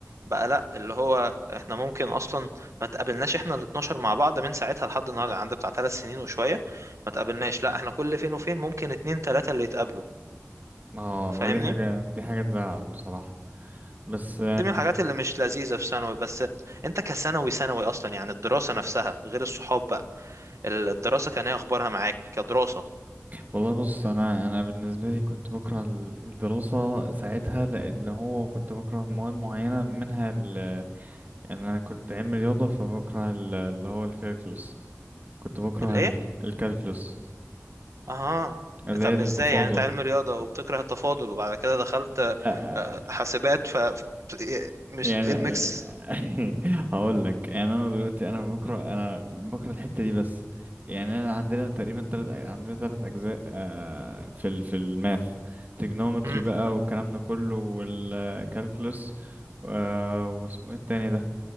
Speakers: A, on the right; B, on the right.
A: بقى لا اللي هو احنا ممكن اصلا ما تقابلناش احنا ال 12 مع بعض من ساعتها لحد النهارده عندي بتاع ثلاث سنين وشوية ما تقابلناش لا احنا كل فين وفين ممكن اتنين تلاتة اللي يتقابلوا
B: اه
A: فاهمني
B: ودي حاجه دي حاجه تزعل بصراحه بس
A: دي من الحاجات اللي مش لذيذة في ثانوي بس انت كثانوي ثانوي اصلا يعني الدراسة نفسها غير الصحاب بقى الدراسة كان ايه اخبارها معاك كدراسة
B: والله بص انا انا بالنسبه لي كنت بكره ال- الدراسه ساعتها لان هو كنت بكره مواد معينه منها ال ان انا كنت علم رياضه فبكره ال- اللي هو الكالكولس كنت بكره
A: الايه
B: ال- الكالكولس
A: اها
B: اللي
A: طب
B: هي التفاضل
A: ازاي يعني انت علم رياضة وبتكره التفاضل وبعد كده دخلت
B: لا
A: آه، حاسبات ف ف- إيه، مش
B: يعني
A: ايه الميكس
B: <laughs> هقول لك يعني انا دلوقتي انا بكره انا بكره الحته دي بس يعني انا عندنا تقريبا تلت عندنا تلت اجزاء آه، في ال... في الماث تريجنومتري
A: امم
B: بقى والكلام ده كله والكالكولس واسمه ايه التاني ده